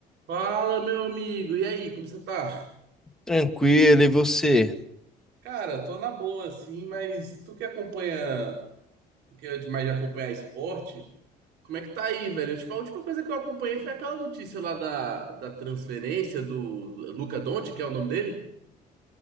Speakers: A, on the right; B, in the centre.
A: Fala, meu amigo. E aí, como você tá?
B: Tranquilo, e você?
A: Cara, tô na boa, assim, mas tu que acompanha, tu que é demais de acompanhar esporte, como é que tá aí, velho? Tipo, a última coisa que eu acompanhei foi aquela notícia lá da, da transferência do, do Luka Doncic, que é o nome dele?